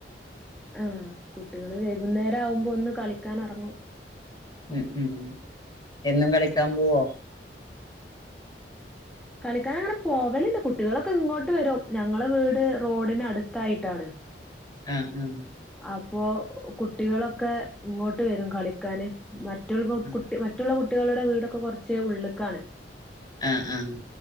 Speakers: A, in the centre; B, on the left (about 25°).
A: ആഹ് കുട്ടികള് വൈകുന്നേരം ആകുമ്പോ ഒന്ന് കളിക്കാനെറങ്ങും
B: ഉം ഉം ഉ എന്നും കളി കളിക്കാൻ പോവു
A: കളിക്കാൻ അങ്ങനെ പോവലുണ്ട് കുട്ടികളൊക്കെ ഇങ്ങോട്ട് വരും ഞങ്ങളെ വീട് റോഡിന് അടുത്തായിട്ടാണ്
B: ആ ആ
A: അപ്പോ കുട്ടികളൊക്കെ ഇങ്ങോട്ട് വരും കളിക്കാന് മ മറ്റ്
B: ആഹ്
A: കുട്ടി മറ്റുള്ള കുട്ട കുട്ടികളുടെ വീടൊക്കെ കുറച്ച് ഉള്ള്ക്കാണ്
B: ആഹ് ആഹ്